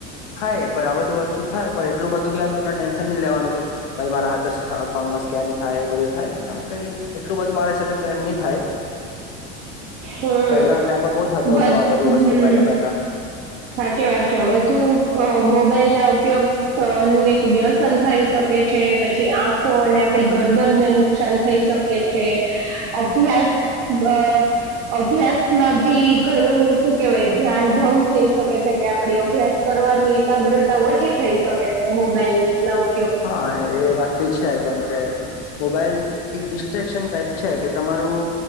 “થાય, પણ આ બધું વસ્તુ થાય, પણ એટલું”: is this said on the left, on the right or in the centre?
Left